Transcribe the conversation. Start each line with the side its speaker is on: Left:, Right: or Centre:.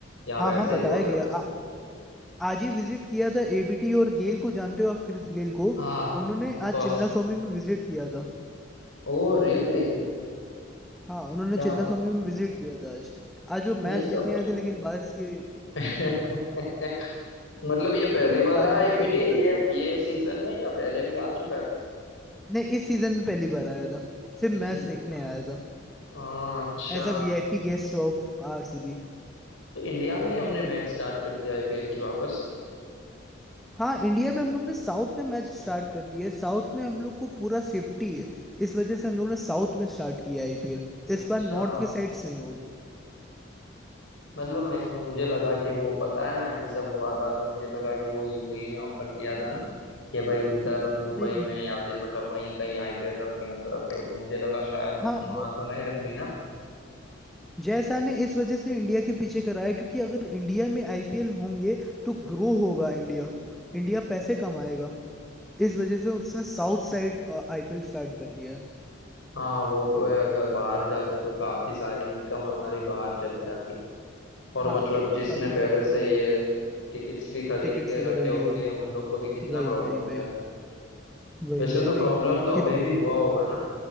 Left: या आप
Centre: हाँ
Left: ऐसे
Centre: हाँ बताया
Left: ही बोल रहे
Centre: गया
Left: हो
Centre: आ, आज ही विजिट किया था एबीडी और गेल को जानते हो आप क्रिस गेल को
Left: हाँ
Centre: उन्होंने
Left: ऑफ कोर्स
Centre: आज चिन्ना स्वामी में विजिट किया था
Left: Oh really
Centre: हाँ उन्होंने
Left: क्या
Centre: चिन्ना
Left: बात
Centre: स्वामी में विजिट किया था आज आज वो मैच
Left: ये
Centre: देखने
Left: सब
Centre: आए
Left: तो
Centre: थे लेकिन बारिश के
Left: <laughs> मतलब ये पहली बार
Centre: बारिश
Left: आया आईपीडी
Centre: ने सब बिगाड़
Left: ये
Centre: दिए
Left: ये सीजन में या पहले भी आ चुका है
Centre: नहीं इस सीजन में पहली बार आया था सिर्फ मैच
Left: इस सीजन
Centre: देखने
Left: का
Centre: आया था
Left: हाँ, अच्छा
Centre: As a VIP guest of RCB
Left: तो इंडिया में ही हमने मैच स्टार्ट कर दिया आईपीएल की वापस
Centre: हाँ इंडिया में हम लोग ने साउथ में मैच स्टार्ट कर दिया है साउथ में हम लोग को पूरा सेफ्टी है इस वजह से हम लोग ने साउथ में स्टार्ट किया आईपीएल
Left: अच्छा
Centre: इस बार नॉर्थ के साइड से नहीं होगा
Left: मतलब मैं मुझे लगा कि वो पता है ना ये सब हुआ था तो मुझे लगा कि वो यूएई ने ऑफर किया था ना कि भाई उधर दुबई
Centre: नहीं
Left: में या फिर मतलब वहीं कहीं आईपीएल रखनी हो तो रख लो तो मुझे लगा शायद
Centre: हाँ
Left: वहां
Centre: वो
Left: तो नहीं रख ली ना
Centre: जय शाह ने इस वजह से इंडिया के पीछे कराया क्योंकि अगर इंडिया में आईपीएल होंगे तो ग्रो होगा इंडिया इंडिया पैसे कमाएगा इस वजह से उसने साउथ साइड आईपीएल स्टार्ट कर दिया है
Left: हाँ वो तो है अगर बाहर जाते तो काफी सारी इनकम हमारी बाहर चली जाती और
Centre: हाँ
Left: मतलब जिसने
Centre: काफी सारे
Left: पहले से ये टिकट्स भी खरीद
Centre: टिकट्स
Left: के
Centre: वगैरह
Left: रखे
Centre: लिए
Left: होंगे
Centre: हो
Left: उन लोग को भी कितना
Centre: वही
Left: प्रॉब्लम
Centre: वही
Left: हो
Centre: वही
Left: जाएगा
Centre: वही
Left: वैसे
Centre: वही
Left: तो
Centre: वही
Left: प्रॉब्लम तो अभी भी हुआ होगा ना